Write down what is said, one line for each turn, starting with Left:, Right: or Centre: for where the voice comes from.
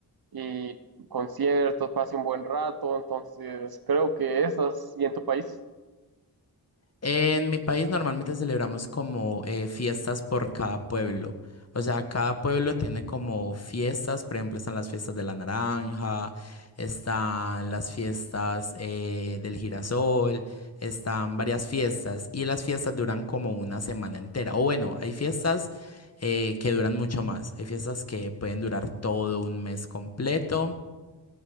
Right: y conciertos, pase un buen rato, entonces creo que esas, ¿y en tu país?
Left: En mi país normalmente celebramos como eh, fiestas por cada pueblo. O sea, cada pueblo tiene como fiestas, por ejemplo, están las fiestas de la naranja, están las fiestas eh, del girasol, están varias fiestas y las fiestas duran como una semana entera. O bueno, hay fiestas eh, que duran mucho más, hay fiestas que pueden durar todo un mes completo.